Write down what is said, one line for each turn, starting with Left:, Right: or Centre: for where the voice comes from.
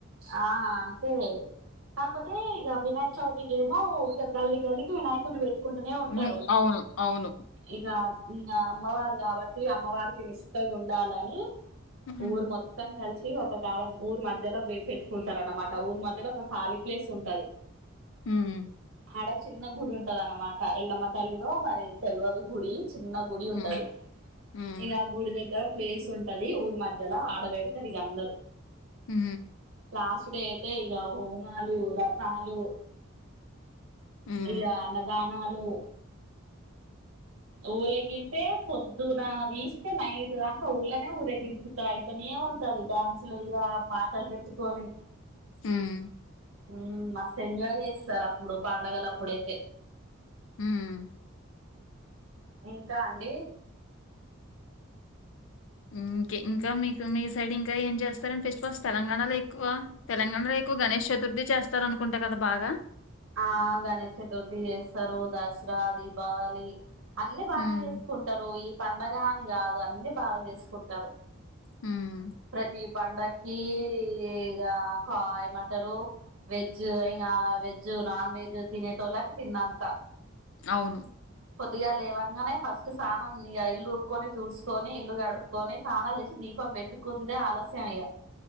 Right: ఆ అంతే కాక పోతే ఇగ వినయక చవితికి ఏమో ఉల్లో గల్లి గల్లికి వినాయకుడిని పెట్టు కుంటూనే
Left: హ్మ్
Right: ఉంటారు
Left: అవును అవును
Right: ఇక ఇంకా అమ్మవారు కాబట్టి అమ్మవారికి నిష్టగా ఉండాలని
Left: హ్మ్
Right: ఊరు మొత్తం కలిసి సి ఒక కాలం ఊరి మధ్యలో పెట్టుకుంటారు అన్నమాట ఊరి మధ్యలో ఒక ఖాళీ ప్లేస్ ఉంటది
Left: హ్మ్
Right: అడ చి చిన్న గుడి ఉంటది అన్నమాట ఎల్లమ్మ తల్లిదో మరి తెలువదు గుడి చిన్న గుడి
Left: హ్మ్
Right: ఉంటది
Left: హ్మ్
Right: ఇగ ఆ గుడి దగ్గర ప్లేస్ ఉంటది ఊరి మధ్యలో ఆడవేడతారు ఇగ అందరు
Left: హు
Right: లాస్ట్ డే అయితే ఇగ హోమాలు రథాలు
Left: హ్మ్
Right: ఇగ అన్నదానాలు ఊరేగింపే పొద్దున తీస్తే నైట్ దాంక ఊళ్లనే ఊరేగింపుతా అయితనే ఉంటది డ్యాన్సులు ఇగ పాటలు పెట్టుకొని
Left: హ్మ్
Right: హ్మ్ మస్తు ఎంజాయ్ చేస్తారు అప్పుడు పండగలప్పుడైతే
Left: హ్మ్
Right: ఇంకా అండి
Left: ఇంక ఇంకా మీకు మీ సైడ్ ఇంకా ఏం చేస్తారంటే ఫెస్టివల్స్ తెలంగాణలో ఎక్కువ తెలంగాణ ఎక్కువ గణేష్ చతుర్థి చేస్తారనుకుంటా కదా బాగా
Right: ఆ గణష్ చతుర్థి చేస్తారు దస్ స్రా దీపావళి అన్ని బానే
Left: హ్మ్
Right: చేసుకుంటారు ఈ పండగా అని కాదు అన్ని బాగా చేసుకుంటారు
Left: హ్మ్
Right: ప్రతి పండక్కి ఇగా కా ఏమంటారు వెజ్ ఇగ వెజ్ జ్ నాన్ వెజ్ తినెటోల్లకు తిన్నంత
Left: అవును
Right: పొద్దుగా లేవంగానే ఫస్ట్ సానం ఇ ఇల్లు ఉక్కొని తూడ్సుకొని ఇల్లు కడుక్కకొని సానాలు చేసి దిప్ పం పెట్టుకుందే ఆలస్యయం ఇగ